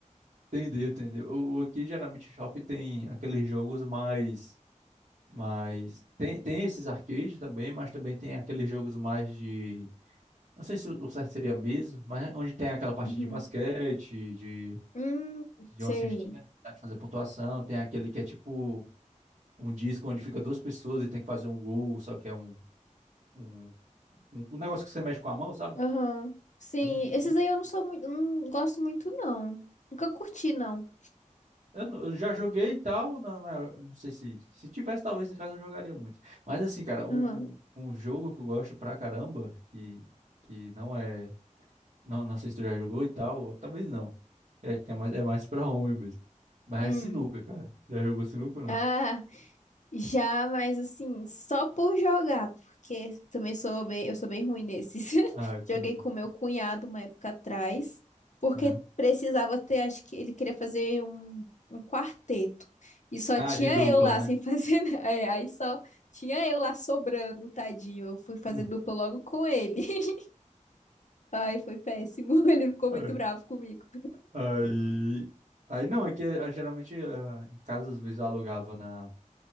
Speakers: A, on the right; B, on the left.
A: Entendeu, entendeu. O, o- aqui geralmente shopping tem aqueles jogos mais Mas tem, tem esses arcades também, mas também tem aqueles jogos mais de. Não sei se o o certo seria mesa, mas onde tem aquela parte
B: Uhum.
A: de basquete, de,
B: Hum,
A: de
B: sei.
A: uma cestinha, né? tá, De fazer pontuação. Tem aquele que é tipo um disco onde fica duas pessoas e tem que fazer um gol, só que é um, um, um, um negócio que você mexe com a mão, sabe?
B: Aham. Sim,
A: Eu, não-
B: esses aí eu não sou muito, não gosto muito, não. Nunca curti, não.
A: eu não- eu já joguei e tal, não, não, não sei se. Se tivesse, talvez em casa eu jogaria muito. Mas assim, cara, um,
B: Aham.
A: um um jogo que eu gosto pra caramba, que, que não é. Não, não sei se tu já jogou e tal, ou talvez não. É que é mais, é mais pra homem mesmo. Mas
B: Hum.
A: é sinuca, cara. Já jogou sinuca ou não?
B: Ah, Já, mas assim, só por jogar, porque também sou bem, eu sou bem ruim nesses. <laughs>
A: Ah, entendi.
B: Joguei com meu cunhado uma época atrás, porque
A: Aham.
B: precisava ter, acho que ele queria fazer um, um quarteto. E só
A: Ah,
B: tinha
A: de dupla,
B: eu lá
A: né?
B: sem fazer, <laughs> É, aí só tinha eu lá sobrando, tadinho. Eu fui fazer
A: <laughs>
B: dupla logo com ele. <laughs> Ai, foi péssimo. <laughs> Ele ficou
A: É.
B: muito bravo comigo.
A: Aí, aí não, é que ah, geralmente ah, em casa às vezes eu alugava na,